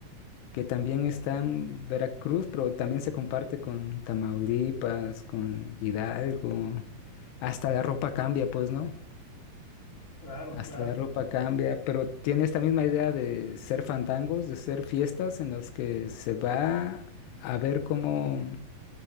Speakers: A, on the left; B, on the left.
A: que también
B: o-
A: está en Veracruz, pero también se comparte con Tamaulipas, con Hidalgo. Hasta la ropa cambia, pues, ¿no?
B: claro,
A: Hasta
B: claro.
A: la ropa cambia, pero tiene esta misma idea de ser fandangos, de ser fiestas en las que se va a ver cómo,